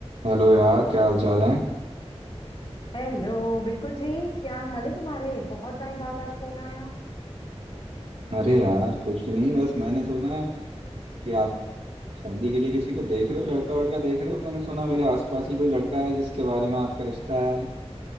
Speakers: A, on the right; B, on the left.
A: Hello यार क्या हाल चाल है
B: Hello बिल्कुल ठीक क्या हाल है तुम्हारे बहुत टाइम बाद आज फोन आया
A: अरे यार कुछ नहीं बस मैंने सुना कि आप शादी के लिए किसी को देख रहे हो लड़का वड़का देख रहे हो मैंने सुना मेरे आसपास ही कोई लड़का है जिसके बारे में आपका रिश्ता है